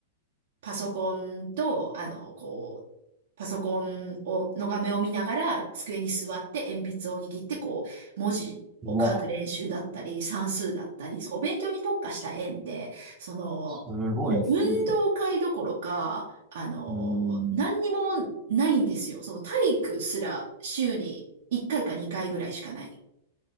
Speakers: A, on the right; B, on the right.
A: パソコンと、あの、こう、パソコンを、の画面を見ながら、机に座って鉛筆を握って、こう、文字を書く練習だったり、
B: うわ、
A: 算数だったり、そう、お勉強に特化した縁で、その、
B: すごいですね。
A: もう運動会どころか、あの、
B: うん。
A: 何にもないんですよ。その体育すら週に1回か2回ぐらいしかない。